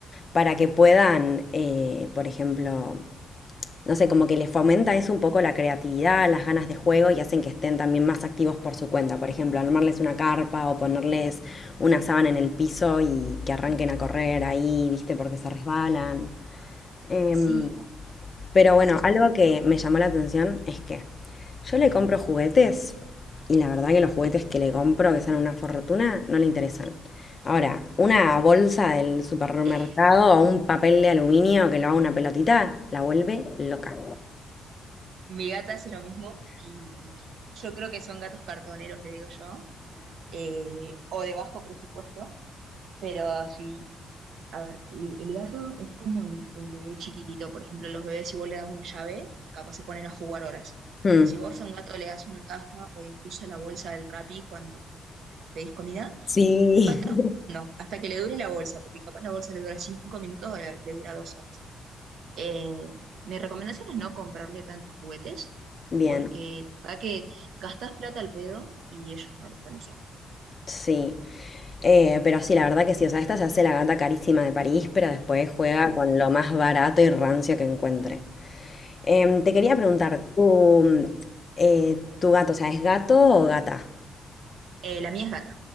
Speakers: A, on the left (about 35°); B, on the right (about 70°).
A: para que puedan, eh, por ejemplo, no sé, como que les fomenta eso un poco la creatividad, las ganas de juego y hacen que estén también más activos por su cuenta. Por ejemplo, armarles una carpa o ponerles una sábana en el piso y que arranquen a correr ahí, ¿viste? Porque se resbalan. Em,
B: sí,
A: pero
B: sí.
A: bueno, algo que me llamó la atención es que yo le compro juguetes y la verdad que los juguetes que le compro, que salen una fortuna, no le interesan. Ahora, una bolsa del supermercado
B: <laughs>
A: o un papel de aluminio que lo haga una pelotita, la vuelve loca.
B: Mi gata hace lo mismo y yo creo que son gatos cartoneros, le digo yo, eh, o de bajo presupuesto, pero si A ver, el, el gato es como el, el bebé chiquitito. Por ejemplo, los bebés, si vos le das una llave, capaz se ponen a jugar horas.
A: Hmm,
B: Si vos a un gato le das una caja o incluso la bolsa del Rappi cuando pedís comida,
A: Sí,
B: va a estar
A: <laughs>
B: jugando hasta que le dure la bolsa, porque capaz la bolsa le dura cinco minutos o le, le dura dos horas. Eh, mi recomendación es no comprarle tantos juguetes,
A: bien,
B: porque la verdad que gastás plata al pedo y ellos no lo están usando.
A: sí. Eh, pero sí, la verdad que sí, o sea, esta se hace la gata carísima de París, pero después juega con lo más barato y rancio que encuentre. Em, te quería preguntar, ¿tu, eh, tu gato, o sea, es gato o gata?
B: Eh, la mía es gata.